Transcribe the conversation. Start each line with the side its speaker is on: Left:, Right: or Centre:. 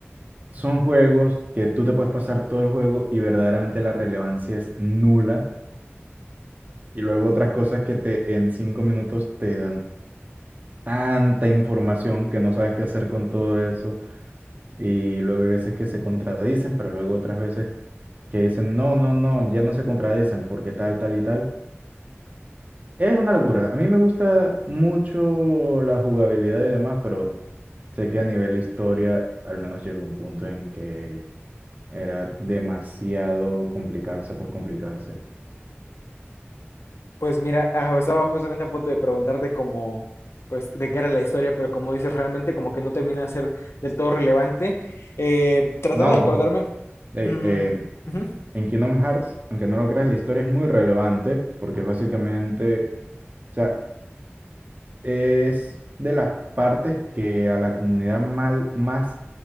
Right: Son juegos que tú te puedes pasar todo el juego y verdaderamente la relevancia es nula. Y luego otras cosas que te en cinco minutos te dan tanta información que no sabes qué hacer con todo eso. Y luego hay veces que se contradicen, pero luego otras veces que dicen, no, no, no, ya no se contradicen porque tal, tal y tal. Es una locura. A mí me gusta mucho la jugabilidad y demás, pero sé que a nivel historia al menos llegó un punto en que Era demasiado complicarse por complicarse.
Left: Pues mira, ah, estaba justamente a punto de preguntarte cómo, pues, de qué era la historia, pero como dices, realmente como que no termina de ser del todo relevante. Eh, tratando
Right: No,
Left: de acordarme,
Right: ojo. Ey,
Left: mm,
Right: eh,
Left: ujú.
Right: en Kingdom Hearts, aunque no lo creas, la historia es muy relevante porque es básicamente, o sea, es de las partes que a la comunidad mal, más